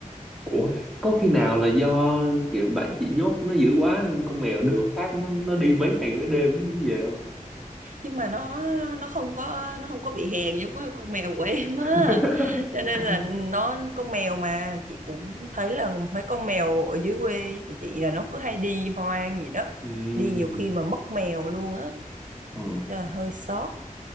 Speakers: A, in the centre; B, on the right (about 65°).
A: Ủa, có khi nào là do kiểu bạn chị nhốt nó dữ quá con mèo được phát nó nó đi mấy ngày mấy đêm nó mới về không?
B: nhưng mà nó nó không có nó không có bị hèn giống cái con mèo của em á
A: <laughs>
B: cho nên là nó con mèo mà chị cũng thấy là mấy con mèo ở dưới quê của chị là nó cứ hay đi hoang gì đó
A: Ừm.
B: đi nhiều khi mà mất mèo luôn á
A: Ờ,
B: cho là hơi sót